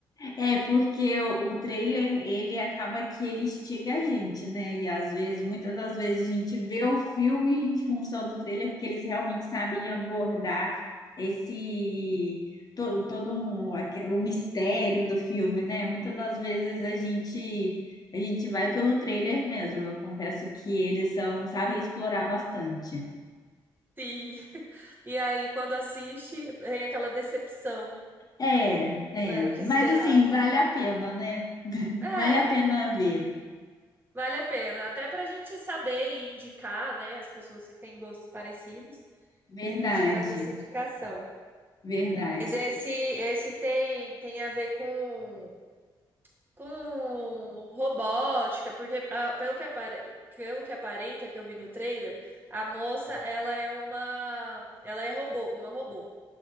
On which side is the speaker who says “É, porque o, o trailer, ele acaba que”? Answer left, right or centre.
Left